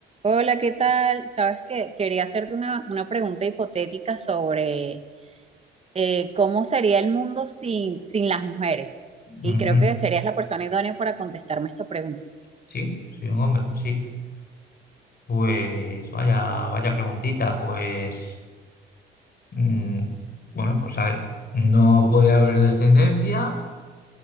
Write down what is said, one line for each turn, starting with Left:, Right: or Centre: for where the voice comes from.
Right: Hola, ¿qué tal? Sabes que quería hacerte una, una pregunta hipotética sobre eh, cómo sería el mundo sin, sin las mujeres. Y
Left: Ujú.
Right: creo que serías la persona idónea para contestarme esta pregunta.
Left: Sí, soy un hombre, sí. Pues vaya, vaya preguntita, pues mm, bueno, pues a ver, no podría haber descendencia,